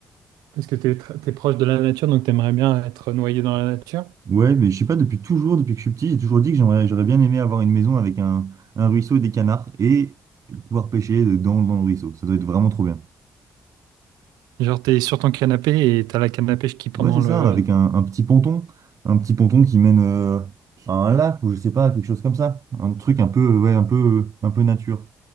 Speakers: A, on the right (about 85°); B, on the right (about 55°).
A: Parce que t'es, tr- t'es proche de la nature, donc t'aimerais bien être noyé dans la nature.
B: Ouais, mais je sais pas, depuis toujours, depuis que je suis petit, j'ai toujours dit que j'aimerais, j'aurais bien aimé avoir une maison avec un, un ruisseau et des canards et pouvoir pêcher dans, dans le ruisseau. Ça doit être vraiment trop bien.
A: Genre, t'es sur ton canapé et t'as la canne à pêche qui pendant
B: Ouais, c'est ça,
A: le...
B: avec un, un petit ponton, un petit ponton qui mène euh, à un lac ou je sais pas, quelque chose comme ça, un truc un peu, ouais, un peu, un peu nature.